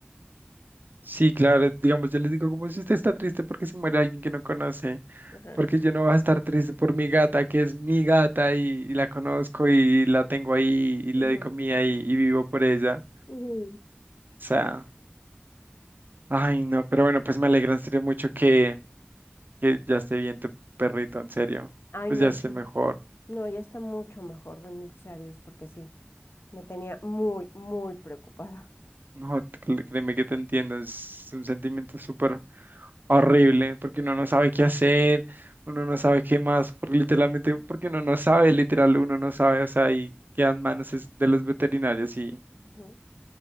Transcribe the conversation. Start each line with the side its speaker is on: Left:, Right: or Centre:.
Right: sí, claro, digamos, yo les digo, como si usted está triste porque se muere alguien que no conoce,
Left: Ajá.
Right: porque yo no voy a estar triste por mi gata, que es mi gata y, y la conozco y la tengo ahí y le
Left: ujú,
Right: doy comida y, y vivo por ella.
Left: ujú.
Right: O sea, ay, no, pero bueno, pues me alegra en serio mucho que, que ya esté bien tu perrito, en serio,
Left: Ay,
Right: pues
Left: no,
Right: ya esté
Left: sí,
Right: mejor.
Left: no, ya está mucho mejor, bendito sea Dios, porque sí. Me tenía muy, muy preocupada.
Right: No, cre- créeme que te entiendo, es un sentimiento súper horrible, porque uno
Left: Sí.
Right: no sabe qué hacer, uno no sabe qué más, porque literalmente, porque uno no sabe, literal, uno no sabe, o sea, y quedan manos es de los veterinarios y,
Left: Ujú.